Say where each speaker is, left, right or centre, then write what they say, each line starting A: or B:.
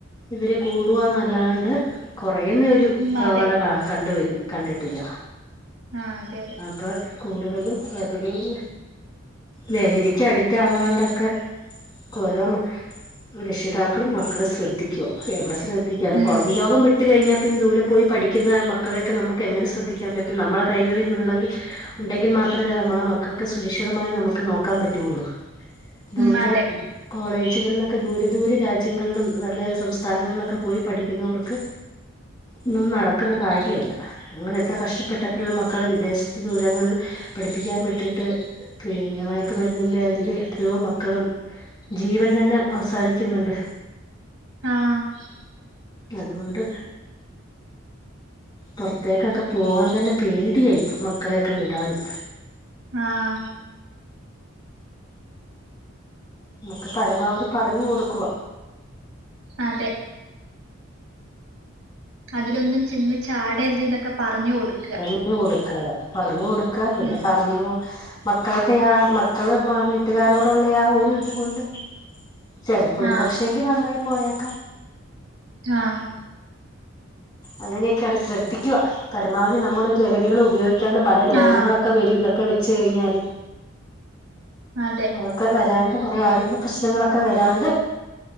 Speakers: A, on the left (about 20°); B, on the right (about 85°).
A: ഇതിൽ കൂടുവാ ന്നല്ലാണ്ട് കുറ ഒരു
B: ഉം
A: പ്രവണത
B: അതെ
A: കണ്ടുവ കണ്ടിട്ടില്ല.
B: ആഹ് അതെ അതെ
A: അപ്പോൾ കൂടുതലും ലഹരിൽ ലഹരിക്കടി റ്റാ ആവാണ്ടൊക്കെ ഓരോ രക്ഷിതാക്കളും മക്കളെ ശ്രദ്ധിക്കുക. എവിടെ ശ്രദ്ധ ദ്ധി ക്കാന്
B: ഉം
A: പുറം ലോകം വിട്ട് വിട്ട കഴിഞ്ഞാൽ പിന്നെ ദൂരെ പോയി പഠിക്കുന്ന മക്കളെയൊക്കെ നമുക്ക് എങ്ങനെ ശ്രദ്ധിക്കാൻ പറ്റും. നമ്മുടെ കൈളിൽ ഉുള്ളെങ്കിൽ ഉണ്ടെങ്കിൽ മാത്രമല്ലേ നമ്മളുടെ മക്കൾക്ക് സുരക്ഷിതമായി നമുക്ക് നോക്കാൻ പറ്റുള്ളു. ദൂരെ
B: ഉം അതെ
A: കോളേജുകളിലൊക്കെ ദൂര ദൂര രാജ്യങ്ങളിലും നല്ല സംസ്ഥാനങ്ങളിലൊക്കെ പോയി പഠിക്ക പിക്കുന്നോർക്ക് ഇതൊന്നും നടക്കുന്ന കാര്യല്ല. അങ്ങനെ എത്ര കഷ്ടപ്പെട്ടത്രോ മക്കളെ വിദേശത്ത് ദൂരങ്ങളിൽ പഠിപ്പിക്കാൻ വിട്ടിട്ട് പിന്നെ മയക്ക് മരുന്നിന്റെ അതില് എത്രയോ മക്കളും ജീവൻ തന്നെ അവസാനിക്കുന്നുണ്ട്.
B: ആഹ്
A: അതുകൊണ്ട് പുറത്തേക്കൊക്കെ പോവാൻ തന്നെ പേടിയായിപ്പ. മക്കളെയൊക്കെ വിടാനും.
B: ആഹ്
A: നമുക്ക് പരമാവധി പറഞ് കൊടുക്കുവ
B: അതെ അതിലൊന്നും ചെന്ന് ചാടരുത് എന്നൊക്കെ പറഞ്ഞു കൊടുക്ക
A: പറഞ്ഞു കൊടുക്കത പറഞ്ഞു കൊടുക പിന്നെ
B: ഉം
A: കന്നു മക്കളുടെ ആ മക്കള് വീട്ടുകാരോടുള്ള ആ ഒരു ഇത് കൊണ്ട് ചെലപ്പോ ഒരു
B: ആഹ്
A: പക്ഷേെങ്കിൽ നന്നായി പോയേക്കാം
B: ആഹ്
A: അങ്ങനെയൊക്കെയാണ് ശ്രദ്ധിക്കുവ പരമാവധി നമ്മൾ ല ഹരികൾ ഉപയോഗിക്കാണ്ട് പല രോഗങ്ങളൊക്കെ
B: ആഹ്
A: ഒക്കെ വരും ഇതൊക്കെ വെച്ച കഴിഞ്ഞാല്
B: അതെ
A: ഒക്കെ വരാണ്ട് കുറെ ആരോഗ്യ പ്രശ്നങ്ങളൊക്കെ വരാണ്ട്